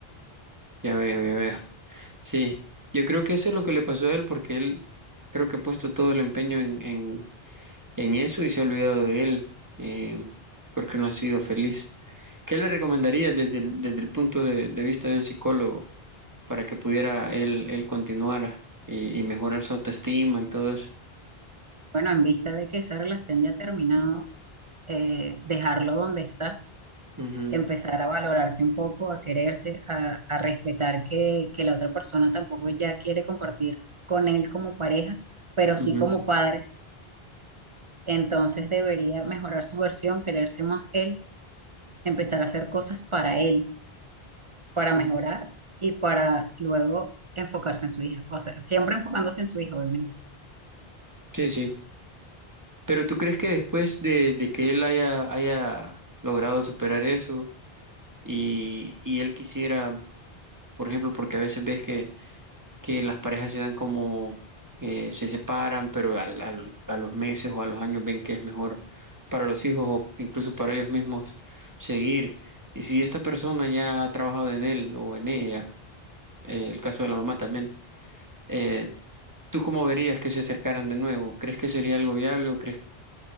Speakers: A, on the right (about 20°); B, on the right (about 40°).
A: Ya veo, ya veo. Sí, yo creo que eso es lo que le pasó a él porque él creo que ha puesto todo el empeño en, en, en eso y se ha olvidado de él eh, porque no ha sido feliz. ¿Qué le recomendarías desde el, desde el punto de, de vista de un psicólogo para que pudiera él, él continuar y, y mejorar su autoestima y todo eso?
B: Bueno, en vista de que esa relación ya ha terminado, eh, dejarlo donde está
A: Ujú,
B: empezar a valorarse un poco, a quererse, a, a respetar que, que la otra persona tampoco ya quiere compartir con él como pareja, pero
A: ujú,
B: sí como padres. Entonces debería mejorar su versión, quererse más él, empezar a hacer cosas para él, para mejorar
A: ujú.
B: y para luego enfocarse en su hija. O sea, siempre enfocándose en su hija, obviamente.
A: Sí, sí. Pero ¿tú crees que después de, de que él haya, haya logrado superar eso, y, y él quisiera, por ejemplo, porque a veces ves que, que las parejas se dan como, eh, se separan, pero al, al- a los meses o a los años ven que es mejor para los hijos o incluso para ellos mismos seguir. Y si esta persona ya ha trabajado en él o en ella, eh, el caso de la mamá también, eh, ¿tú cómo verías que se acercaran de nuevo? ¿Crees que sería algo viable o crees?